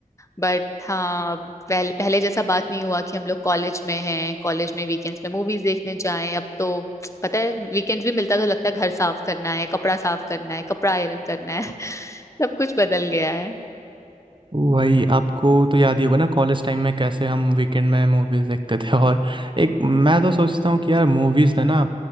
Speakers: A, on the left; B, on the right.
A: बट हाँ पहले पहले जैसा बात नहीं हुआ कि हम लोग कॉलेज में हैं कॉलेज में वीकेंड्स में मूवीज देखने जाएं अब तो पता है वीकेंड्स भी मिलता तो लगता है घर साफ करना है कपड़ा साफ करना है कपड़ा आयरन करना है <laughs> सब कुछ बदल गया है
B: ओ भाई आपको तो याद ही होगा ना कॉलेज टाइम में कैसे हम वीकेंड में मूवीज़ देखते थे <laughs> और एक मैं तो सोचता हूँ कि यार मूवीज़ ने ना